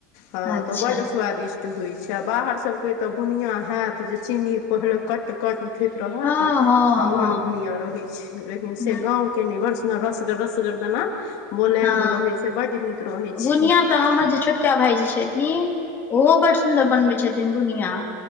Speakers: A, on the left; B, on the left.
A: हँ
B: अच्छा
A: तऽ ओ बड्ड स्वादिष्ट होइत छै आ बाहर सभ के तऽ बुनिया हैत जे चीनी पहिले कट कट उठैत रहत
B: हँ हँ
A: आ ओहन
B: हँ
A: बुनिया रहै छै लेकिन से
B: न-
A: गाँव के ने बरस रसग रसगर दना मोलायम
B: हँ
A: रहै छै बड्ड नीक रहै छै
B: बुनिया तऽ हमर जे छोटका भाईजी छथिन ओहो बड़ सुन्दर बनबै छथिन बुनिया